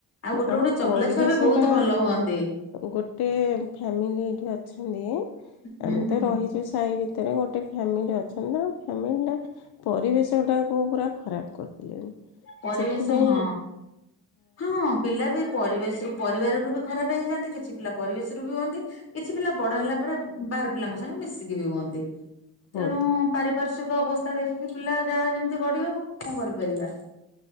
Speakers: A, on the left; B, on the left.
A: ଆଉ ଗୋଟେ
B: ଆମ
A: ଗୋଟେ ଚଗଲା
B: ପରିବେଶଟା
A: ଛୁଆ ବି ବହୁତ ଭଲ ହୁଅନ୍ତି।
B: ଗୋଟେ ଫ୍ୟାମିଲି ଏଇଠି ଅଛନ୍ତି
A: ହୁଁ
B: ଆମେ
A: ହୁଁ
B: ତ
A: ହୁଁ
B: ରହିଚୁ ସାହି ଭିତରେ ଗୋଟେ ଫ୍ୟାମିଲି ଅଛନ୍ତି ତାଙ୍କ ଫ୍ୟାମିଲିଟା ପରିବେଶଟାକୁ ପୁରା ଖରାପ କରିଦେଲେଣି।
A: ପରିବେଶ
B: ସେଥିପାଇଁ
A: ହଁ ହଁ। ପିଲା ବି ପରିବେଶରୁ ପରିବାରରୁ ବି ଖରାପ ହେଇଯାଆନ୍ତି କିଛି ପିଲା ପରିବେଶରୁ ବି ହୁଅନ୍ତି। କିଛି ପିଲା ବଡ ହେଲା ପରେ ବାହାର ପିଲାଙ୍କ ସାଙ୍ଗେ ମିଶିକି ବି ହୁଅନ୍ତି। ତେଣୁ
B: ହୁଅନ୍ତି।
A: ପାରିପାସ୍ଵିକ ଅବସ୍ଥା ଦେଖିକି ପିଲା ଯାହା ଯେମିତି ଗଢ଼ି ହବ କଣ କରିପାରିବା।